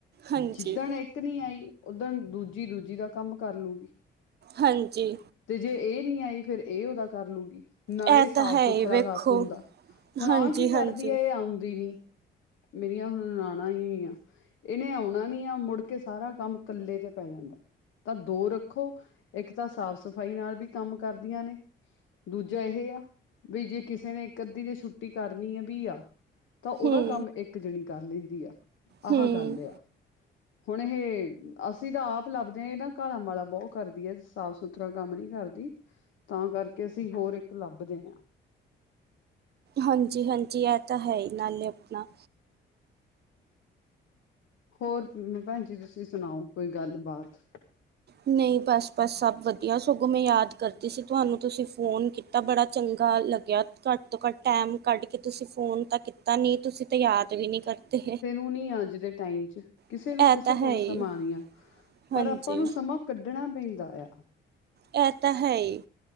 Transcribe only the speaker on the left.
ਜਿੱਦਣ ਇਕ ਨੀ ਆਈ ਉੱਦਨ ਦੂਜੀ-ਦੂਜੀ ਦਾ ਕੰਮ ਕਰ ਲੂਗੀ
ਤੇ ਜੇ ਇਹ ਨੀ ਆਈ ਫਿਰ ਇਹ ਉਹਦਾ ਕਰ ਲੂਗੀ। ਨਾਲੇ
ਸਾਫ
ਸੁਥਰਾ
ਕਪ ਹੁੰਦਾ। ਹੁਣ
ਆਹ ਕੀ ਕਰਦੀ
ਏ, ਇਹ ਆਉਂਦੀ ਨੀ ਮੇਰੀਆਂ ਹੁਣ ਨਨਾਣਾਂ ਨੀ ਆ ਇਹਨੇ ਆਉਣਾ ਨੀ ਆ ਮੁੜ ਕੇ ਸਾਰਾ ਕੰਮ ਕੱਲੇ ਦੇ ਪੈ ਜਾਂਦਾ ਤਾਂ ਦੋ ਰੱਖੋ ਇਕ ਤਾਂ ਸਾਫ਼-ਸਫ਼ਾਈ ਨਾਲ ਵੀ ਕੰਮ ਕਰਦੀਆਂ ਨੇ ਦੂਜਾ ਇਹ ਆ ਬੀ ਜੇ ਕਿਸੀ ਨੇ ਇਕ ਅੱਧੀ ਨੇ ਛੁੱਟੀ ਕਰਨੀ ਵੀ ਆ ਤਾਂ ਉਹਦਾ
ਕੰਮ ਇੱਕ ਜਣੀ ਕਰ ਲੈਂਦੀ ਆ, ਆਹਾ
ਗੱਲ ਆ। ਹੁਣ ਇਹ ਅਸ ਅਸੀਂ ਤਾਂ ਆਪ ਲੱਭਦੇ ਏ ਨਾ ਕਾਲਾ-ਮਾਲਾ ਬਹੁਤ ਕਰਦੀ ਏ, ਸਾਫ਼ ਸੁਥਰਾ ਕੰਮ ਨੀ ਕਰਦੀ। ਤਾਂ ਕਰਕੇ, ਅਸੀਂ ਹੋਰ ਇੱਕ ਲੱਭਦੇ ਆ।
ਹੋਰ ਮ ਭੈਣ ਜੀ ਤੁਸੀਂ ਸੁਣਾਓ ਕੋਈ ਗੱਲਬਾਤ
ਹੁਣੀ ਆ ਅੱਜ ਦੇ ਟਾਈਮ 'ਚ ਕਿਸੇ
ਨੂੰ ਕਿਸੇ
ਕੋਲ
ਸਮਾਂ ਨਈ ਆ
ਪਰ ਆਪਾਂ ਨੂੰ ਸਮਾਂ ਕੱਢਣਾ ਪੈਂਦਾ ਆ